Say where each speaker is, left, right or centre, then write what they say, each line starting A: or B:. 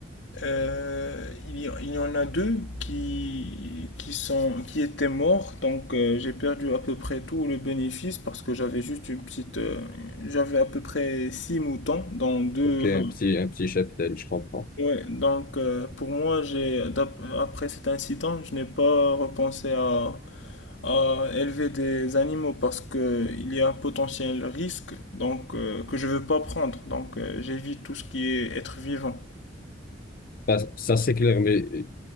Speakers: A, on the left; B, on the left.
A: euh, il y, il y en a deux qui, qui sont, qui étaient morts, donc euh, j'ai perdu à peu près tout le bénéfice parce que j'avais juste une petite, euh, j'avais à peu près six moutons dans deux,
B: Ok, un
A: euh,
B: petit, un petit cheptel, je comprends.
A: Ouais, donc euh, pour moi, j'ai d'ap- après cet incident, je n'ai pas repensé à, à élever des animaux parce que il y a un potentiel risque donc euh, que je veux pas prendre. Donc euh, j'évite tout ce qui est être vivant.
B: Bah, ça, c'est clair, mais